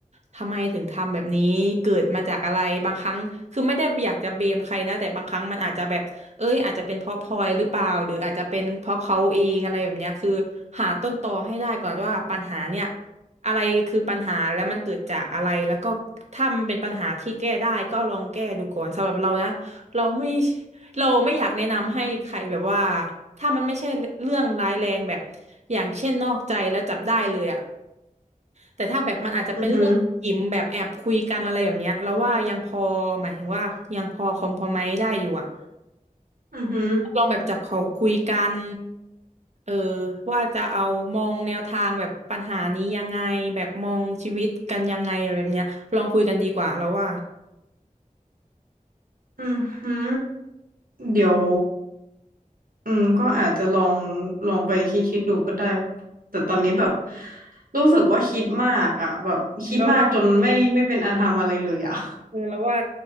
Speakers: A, on the right; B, on the right.
A: ทำไมถึงทำแบบนี้เกิดมาจากอะไรบางครั้งคือไม่ได้อยากจะเบมใครนะแต่บางครั้งมันอาจจะแบบเอ้ยอาจจะเป็นเพราะพลอยหรือเปล่าหรืออาจจะเป็นเพราะเขาเองอะไรแบบเนี้ยคือหาต้นตอให้ได้ก่อนว่าปัญหาเนี่ย อะไรคือปัญหาแล้วมันเกิดจากอะไรแล้วก็ถ้ามันเป็นปัญหาที่แก้ได้ก็ลองแก้ดูก่อนสำหรับเรานะเราไม่เราไม่อยากแนะนำให้ใครแบบว่าถ้ามันไม่ใช่เรื่องร้ายแรงแบบอย่างเช่นนอกใจแล้วจับได้เลยอะแต่ถ้าแบบมันอาจจะเป็นเรื่องอิ่มแบบแอบคุยกันอะไรแบบเนี้ยเราว่ายังพอหมายถึงว่ายังพอคอมพรไมซ์ได้อยู่อะ
B: อือหืออือหือ
A: ลองแบบจับเขาคุยกันเออว่าจะเอามองแนวทางแบบปัญหานี้ยังไงแบบมองชีวิตกันยังไงอะไรแบบเนี้ยลองคุยกันดีกว่าแล้วว่า
B: อือหือเดี๋ยวอืมก็อาจจะลองลองไปคิดคิดดูก็ได้ แต่ตอนนี้แบบรู้สึกว่าคิดมากอ่ะแบบคิดมากจนไม่ไม่เป็นอันทำอะไรเลยอ่ะ
A: เราวว่าเออราวว่า